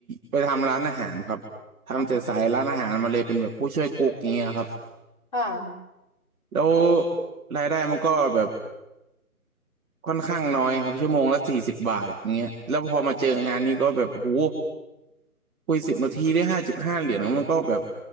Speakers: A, in the centre; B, on the left.
A: ไปทำร้านอาหารครับทำจากสายร้านอาหารมาเลยเป็นแบบผู้ช่วยกุ๊กอย่างเงี้ยครับ
B: อ๋อค่ะ
A: แล้วรายได้มันก็แบบ ค่อนข้างน้อยครับชั่วโมงละสี่สิบบาทอย่างเงี้ยแล้วพอมาเจองานนี้ก็แบบโอ้โหคุยสิบนาทีได้ห้าจุดห้าเหรียญมันก็แบบ